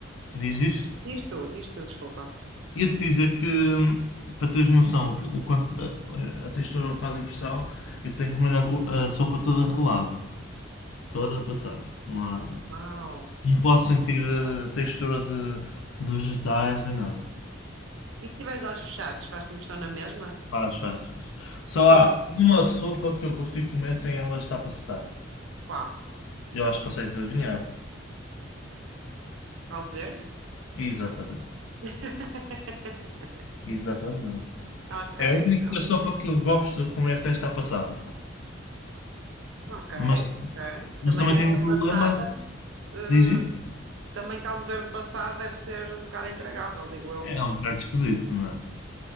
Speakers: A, on the left; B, on the right.
A: diz isto?
B: Diz tu, diz tu, desculpa.
A: Ia-te dizer que hum, para teres noção o que- o quanto a, a textura me faz impressão, eu tenho que comer a, ro- a sopa toda rolada, toda passada, não há
B: Uau.
A: Não posso sentir eh, textura de, de vegetais nem nada.
B: E se tiveres olhos fechados, faz-te impressão na mesma?
A: Faz, faz, faz. Só
B: Não sou
A: há uma sopa que eu consigo comer sem ela estar passada.
B: qual?
A: Eu acho que consegues adivinhar.
B: Caldo verde?
A: Exatamente.
B: <laughs>
A: Exatamente.
B: Ok,
A: É a única
B: pronto.
A: sopa que eu gosto de comer sem estar passada.
B: Ok,
A: Mas,
B: ok.
A: mas
B: Também
A: também
B: esta
A: tem um problema,
B: passada, eh,
A: diz isso?
B: também caldo verde passado deve ser um bocado intragável, digo eu.
A: É um bocado esquisito, não é?